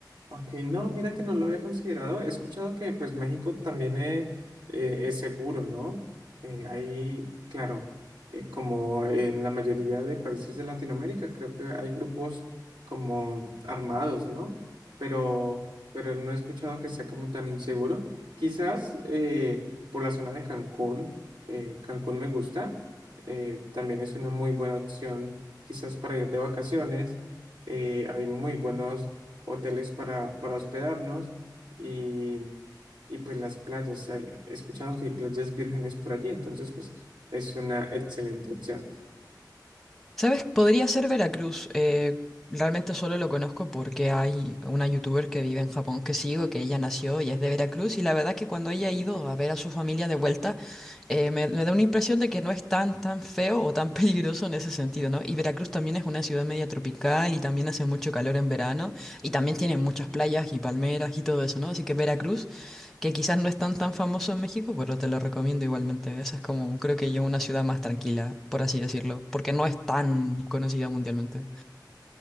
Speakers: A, on the right (about 80°); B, in the centre.
A: Ok, no, mira que no lo había considerado. He escuchado que pues México también es eh, es, seguro, ¿no? Eh, ahí, claro, eh, como en la mayoría de países de Latinoamérica, creo que hay grupos como armados, ¿no? Pero, pero no he escuchado que sea como tan inseguro. Quizás eh, por la zona de Cancún, eh, Cancún me gusta. eh, también es una muy buena opción, quizás para ir de vacaciones. eh, hay muy buenos hoteles para, para hospedarnos y, y pues las playas. Hay- He escuchado que hay playas vírgenes por allí, entonces pues es una excelente opción.
B: ¿Sabes? Podría ser Veracruz, eh, realmente solo lo conozco porque hay una youtuber que vive en Japón que sigo, que ella nació y es de Veracruz, y la verdad que cuando ella ha ido a ver a su familia de vuelta, eh, me, me da una impresión de que no es tan, tan feo o tan <laughs> peligroso en ese sentido, ¿no? Y Veracruz también es una ciudad media tropical y también hace mucho calor en verano y también tiene muchas playas y palmeras y todo eso, ¿no? Así que Veracruz, que quizás no es tan, tan famoso en México, pero te lo recomiendo igualmente. Esa es como, creo que yo, una ciudad más tranquila, por así decirlo, porque no es tan conocida mundialmente.